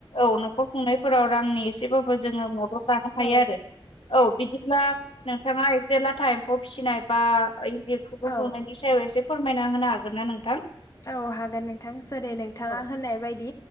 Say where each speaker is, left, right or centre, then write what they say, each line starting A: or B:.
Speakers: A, on the left (about 75°); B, on the left (about 35°).
A: औ न'खर खुंनायफोराव रांनि एसेबाबो जोङो मद दद लानो
B: औ
A: हायो आरो औ बिदिब्ला नोंथाङा लाथा एम्फौ फिसिनाय बा इन्दि खुन्दुं
B: औ
A: लुनायनि सायाव एसे फोरमायना होनो हागोन ना नोंथां?
B: औ हागोन नोंथां जेरै नोंथाङा
A: औ
B: होननाय बायदि